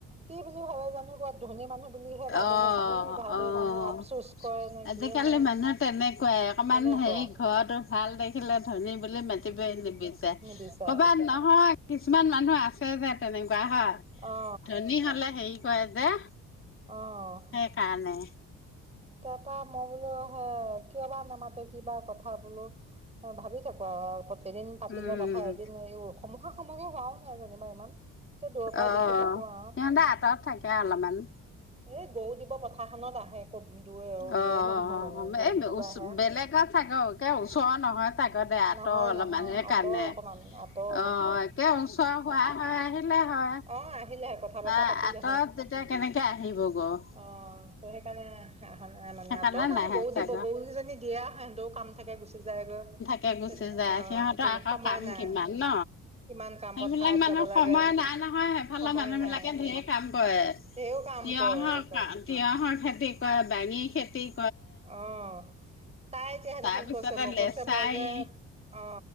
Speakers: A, on the right; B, on the left.
A: কি বুলি ভাবে- ধনী মানুহ বুলিহে ভাবে
B: অ',
A: নে কি ভাবে
B: অ'।
A: মানে আফচোচ কৰে নে
B: আজিকালি
A: কিয়ে নে?
B: মানুহ তেনেকুৱাই অকমান
A: তেনেকুৱা
B: হেৰি ঘৰতো ভাল দেখ- খিলে ধনী বুলি মাতিবই নিবিচাৰে।
A: নিবিচাৰে
B: কবান- নহয়, কিছুমান মানুহ আছে যে তেনেকুৱা হয়।
A: অ
B: ধনী হ'লে হেৰি- কয়ে যে-
A: অঁ অঁ।
B: সেইকাৰণে।
A: তাপা মই বোলো হে কিয় বা নামাতে কিবা কথা বোলো? ভাবি থাকো আও এদিন পাতিলে
B: উম
A: কথা এদিন এই খমুশা সমুশি হোৱাওঁ নাই যেনিবা ইমান। তে দূৰৰ পৰাই
B: অ সিহঁতে
A: দেখি থাকো আৰু
B: আঁতৰত থাকে অলপমান।
A: এই গৰু দিব পথাৰখনত আহে। <inaudible>
B: অ, অ,
A: মানুহ মানে
B: অ, অ,
A: গৰু
B: এই
A: দিবলৈ
B: ওচ
A: আহে।
B: বেলেগত চাগে একে ওচৰৰ নহয়। চাগতে আতৰ
A: নহয়
B: অলপমান
A: নহয়
B: সেইকাৰণে
A: আঁতৰ অকমান আঁতৰ অলপ
B: অঁ একে ওচৰ হোৱা হয় আহিলে হয়।
A: অ আহিলে হয় কথা বতৰা
B: তাই
A: পাতিলে
B: আঁতৰত যেতিয়া কেনেকে আহিব গৈ?
A: অঁ ত' সেইকাৰণে আহা নাই মানে
B: সেইকাৰণে
A: আঁৰত মানুহ
B: নাহে
A: গৰু
B: চাগৈ
A: দিব গৰু কি জনী দিয়া সেইহেতু কাম থাকে গুচি যায়গৈ।
B: সেই গুচি
A: তেনে
B: যায়
A: অ
B: সিহঁতৰ
A: তেনে
B: আকৌ
A: সময়
B: কাম
A: নাই
B: কিমান ন।
A: কিমান কাম
B: সেইবিলাক
A: পথাৰত
B: মানুহ
A: যাব লাগে
B: সময় নাই নহয় সেইফালে
A: সময়
B: মানুহ
A: নাই
B: বিলাকে ধেৰে কাম কৰে।
A: ধেৰ কাম
B: তিয়হৰ
A: কৰে আকৌ
B: কা তিয়হৰ খেতি কৰে বাঙি খেতিক
A: অঁ। তাই এতিয়া সেইদিনাখন
B: তাৰপিছতে
A: কৈছে মোক
B: লেচাৰী
A: কৈছে মই যে অ